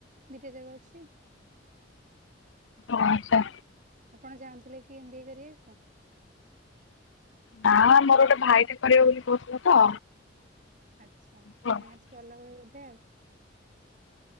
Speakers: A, on the right; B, on the left.
A: ଦିଟା ଯାକ ଅଛି।
B: ଓ ଆଚ୍ଛା।
A: ଆପଣ ଚାହୁଁଥିଲେ କି ଏମ୍ ବି ଏ କରିଆକୁ?
B: ନାଁ, ମୋର ଗୋଟେ ଭାଇଟେ କରିବ ବୋଲି କହୁଥିଲା ତ।
A: ଆଛା
B: ହଁ
A: ମ୍ୟାଥ ଭଲ ହୁଏ ବୋଧେ ଆଉ।